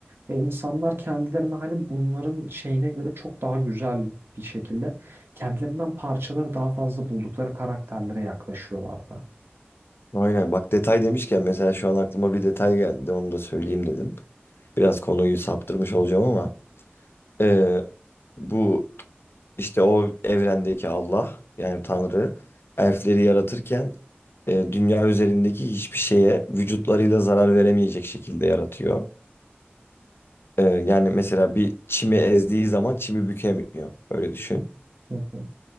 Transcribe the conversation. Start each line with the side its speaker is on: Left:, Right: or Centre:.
Right: Ve insanlar kendilerini hani bunların şeyine göre çok daha güzel bir şekilde kendilerinden parçaları daha fazla buldukları karakterlere yaklaşıyorlardı.
Left: Aynen. Bak detay demişken mesela şu an aklıma bir detay geldi. Onu da söyleyeyim dedim. Biraz konuyu saptırmış olacağım ama eee, bu işte o evrendeki Allah yani Tanrı elfleri yaratırken eee, dünya üzerindeki hiçbir şeye vücutlarıyla zarar veremeyecek şekilde yaratıyor. Eee, yani mesela bir çimi ezdiği zaman çimi bükemiyor. Öyle düşün.
Right: Hı hı.